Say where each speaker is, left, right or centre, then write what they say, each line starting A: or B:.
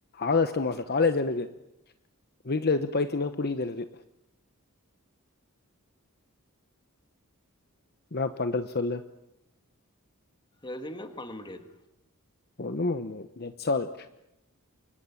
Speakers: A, on the left; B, on the left.
A: ஆகஸ்ட் மாசம் காலேஜ் எனக்கு வீட்ல இது பைத்தியமே புடிகிது எனக்கு என்னா பண்றது சொல்லு
B: எதுவுமே பண்ண முடியாது
A: ஒண்ணும் பண்ண முடியாது தட் சால்